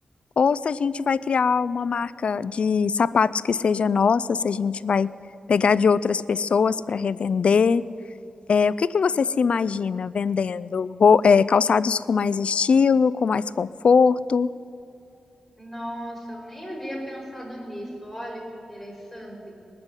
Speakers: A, on the left; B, in the centre.
A: Ou se a gente vai criar uma marca de sapatos que seja nossa, se a gente vai pegar de outras pessoas para revender. É, o que que você se imagina vendendo? Ro- é, calçados com mais estilo, com mais conforto?
B: Nossa, eu nem havia pensado nisso. Olha que interessante.